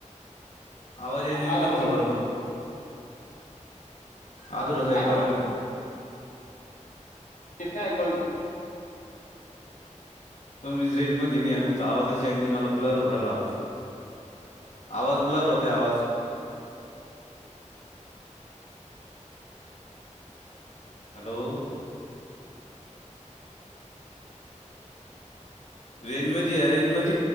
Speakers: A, on the left; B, on the left.
A: आवाज ये
B: आ-
A: निंद
B: आ-
A: तुमचं
B: काय
A: बरोबर आद र सईकवाले
B: म्हणलं
A: ना
B: <unintelligible>
A: तुम्ही रेंज मध्ये नाही तुमचा आवाजच आहे मला ब्लर हुरायला आवाज आवाज ब्लर होते आवाज हॅलो. रेंज मध या रेंज मध